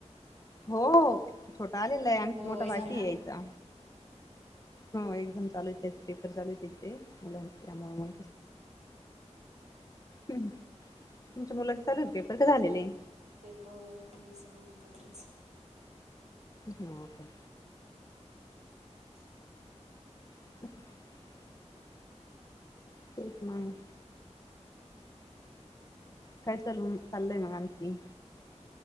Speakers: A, on the left; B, on the right.
A: हो, छोटा आलेला हाय, आणखी
B: हो
A: मोठा
B: एक्झाम
A: बाकी
B: ना
A: हेय यायचा. हो, एक्झाम चालूयं त्याचे पेपर चालूयं त्या ते मुलांचे त्यामुळे. मग तुमच्या मुलाचे चालूयं पेपर की झालेले हेय?
B: पेपर ती सगळं एकत्रच
A: हो का
B: <unintelligible>
A: <unintelligible>
B: <unintelligible>
A: तेच मंग काय चालून, चाललय म आणखी